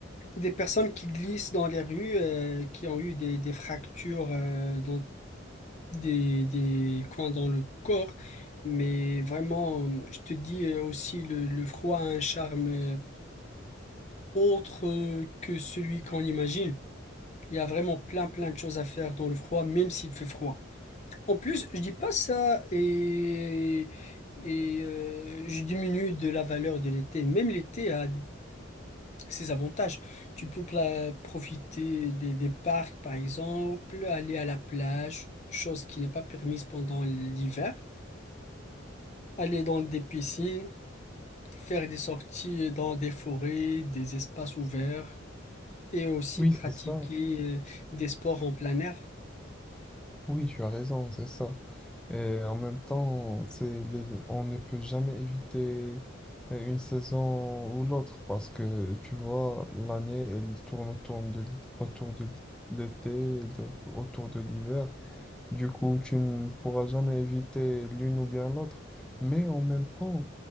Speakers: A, on the left; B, in the centre.
A: des personnes qui glissent dans les rues, euh, qui ont eu des, des fractures euh, dans des, des coins dans le corps. Mais vraiment, je te dis euh, aussi, le, le froid a un charme euh, autre euh, que celui qu'on imagine. Il y a vraiment plein, plein de choses à faire dans le froid, même s'il fait froid. En plus, je dis pas ça et, et euh, je diminue de la valeur de l'été. Même l'été a ses avantages. Tu peux pla- profiter des, des parcs, par exemple, aller à la plage, chose qui n'est pas permise pendant l'hiver, aller dans des piscines, faire des sorties dans des forêts, des espaces ouverts et aussi
B: Oui,
A: pratiquer
B: c'est ça.
A: euh, des sports en plein air.
B: Oui, tu as raison, c'est ça. Et en même temps, c'est les- on ne peut jamais éviter euh, une saison ou l'autre parce que tu vois, l'année, elle tourne autour de l'hi- autour de l'hi- l'été, et de- autour de l'hiver. Du coup, tu ne pourras jamais éviter l'une ou bien l'autre. Mais en même temps,